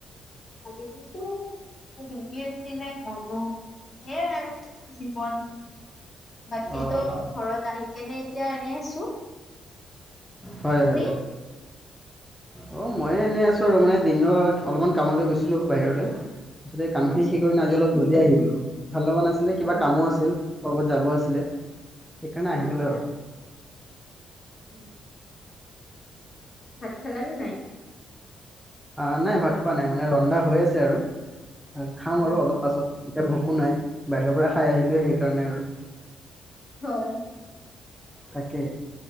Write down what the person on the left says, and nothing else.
আজি কালো মোৰ ডিউটি আছিল নাই গলো। সেইয়া আৰু জীৱন। বাকী
তো ঘৰত আহি কেনে এতিয়া এনে আছো।
তুমি
আচ্ছা
অ
অ
অ
অ
<unintelligible> ভাত খাল নে নাই?
অ
হয়।